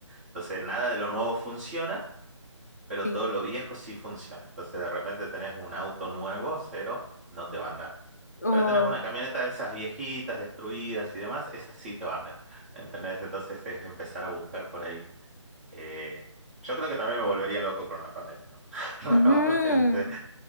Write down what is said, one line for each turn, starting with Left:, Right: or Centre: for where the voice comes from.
Right: Entonces, nada de lo nuevo funciona, pero
Left: Sí.
Right: todo lo viejo sí funciona. Entonces, de repente tenés un auto nuevo, cero, no te va a andar.
Left: Oh,
Right: Pero tenés una camioneta de esas viejitas, destruidas y demás, esas sí te van, ¿entendés? Entonces es empezar a buscar por ahí. Eh, yo creo que también me volvería loco con una pandemia, ¿no?
Left: ujú,
Right: <laughs> Nuevamente,